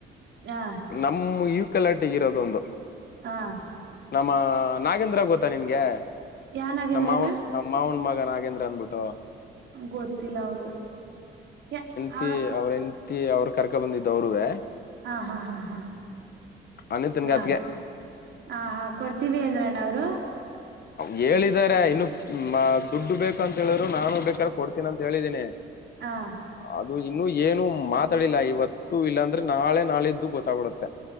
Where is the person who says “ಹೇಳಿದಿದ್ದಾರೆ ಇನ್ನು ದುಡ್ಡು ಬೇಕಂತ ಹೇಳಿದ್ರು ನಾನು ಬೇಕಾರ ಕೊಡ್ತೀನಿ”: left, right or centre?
Left